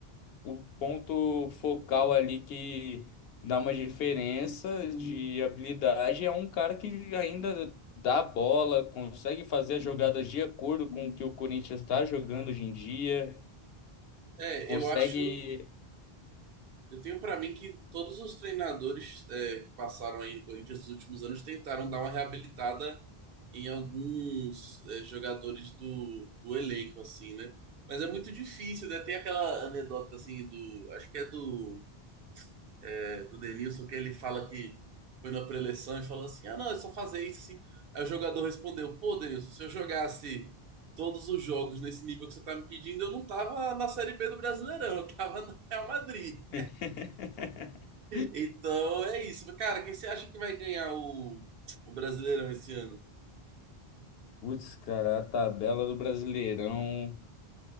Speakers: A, on the left; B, on the right.
A: o ponto focal ali que dá uma diferença de habilidade é um cara que ainda dá a bola, consegue fazer as jogadas de acordo com o que o Corinthians está jogando hoje em dia,
B: é,
A: consegue.
B: eu acho Eu tenho pra mim que todos os treinadores é, que passaram aí no Corinthians nos últimos anos tentaram dar uma reabilitada em alguns é, jogadores do, do elenco, assim, né? Mas é muito difícil, né? Tem aquela anedota, assim, do... Acho que é do, é, do Denilson, que ele fala que foi na preleção e falou assim, ah, não, é só fazer isso, assim. Aí o jogador respondeu, pô, Denilson, se eu jogasse todos os jogos nesse nível que você tá me pedindo, eu não tava na Série B do Brasileirão, eu tava no Real Madrid.
A: <laughs>
B: Então é isso. Cara, quem você acha que vai ganhar o, o Brasileirão esse ano?
A: Putz, cara, a tabela do Brasileirão.